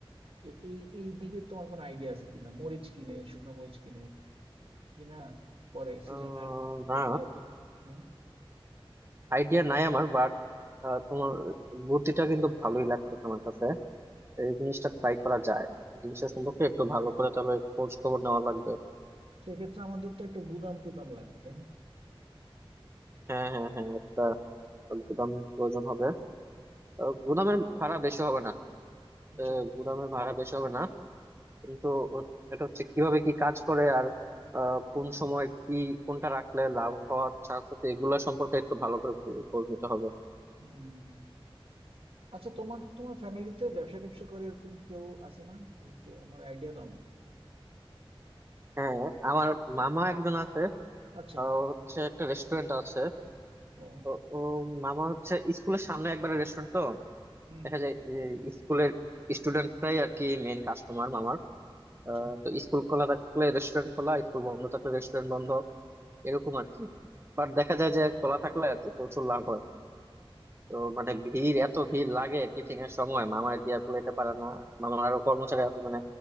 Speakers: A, on the right; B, on the right.
A: এ- এই এই দিকে তোমার কোনো আইডিয়া আছে কিনা মরিচ কিনে শুকনো মরিচ কিনে কিনা পরে সিজনের
B: আহ, না
A: ইয়াতে হ্যাঁ
B: আইডিয়া নাই আমার বাট তোমার বুদ্ধিটা কিন্তু ভালোই লাগতেছে আমার কাছে এই জিনিসটা
A: হুম।
B: ট্রাই করা যায় জিনিসটা সম্পর্কে একটু ভালো করে তাহলে খোঁজ খবর নেওয়া লাগবে
A: সেক্ষেত্রে আমাদের তো একটা গুদাম টুদাম লাগবে তাই না
B: হ্যাঁ হ্যাঁ হ্যাঁ একটা গুদাম প্রয়োজন হবে আহ, গুদামের ভাড়া বেশি হবে না
A: আচ্ছা
B: আহ, গুদামের ভাড়া বেশি হবে না কিন্তু ও- এটা হচ্ছে কিভাবে কি কাজ করে আর আহ, কোন সময় কি কোনটা রাখলে লাভ হওয়ার চান্স আছে এগুলা সম্পর্কে একটু ভালো করে খো- খোঁজ নিতে হবে
A: হম আচ্ছা তোমার তোমার ফ্যামিলিতে ব্যবসা ট্যাবসা করে এরকম কেউ আছে না একটু আমার আইডিয়া দাও না
B: হ্যাঁ আমার মামা একজন আছে
A: আচ্ছা
B: আহ, হচ্ছে একটা রেস্টুরেন্ট আছে
A: ও
B: তো ও মামা হচ্ছে স্কুলের সামনে একবারে রেস্টুরেন্ট তো
A: হুম
B: দেখা
A: হুম,
B: যায় যে স্কুলের স্টুডেন্টরাই আর কি মেন কাস্টমার মামার
A: আচ্ছা
B: আহ, তো স্কুল খোলা থাকলে রেস্টুরেন্ট খোলা স্কুল বন্ধ থাকলে রেস্টুরেন্ট বন্ধ এরকম আর কি বাট দেখা যায় যে খোলা থাকলে আর কি প্রচুর লাভ হয় তো মানে ভিড় এত ভিড় লাগে টিফিন এর সময় মামা দিয়া কুলাইতে পারে না মামার আরো কর্মচারী আছে মানে